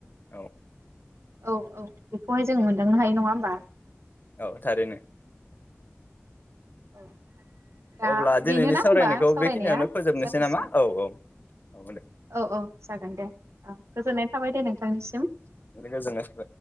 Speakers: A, on the left (about 45°); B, on the right (about 75°).
A: औ।
B: औ औ बेखौहाय जोङो मोनदांनो हायो नङा होमबा‌
A: औ थारैनो।
B: औ। दा
A: अब्ला दिनैनि
B: बेनो ना
A: सावरायनायखौ
B: होमबा सावरायनाया
A: बेखिनियावनो फोजोबनोसै
B: जाथसिगोन
A: नामा औ औ औ दे
B: औ औ जागोन दे औ गोजोननाय थाबाय दे नोंथांनिसिम।
A: गोजोननाय थाबाय।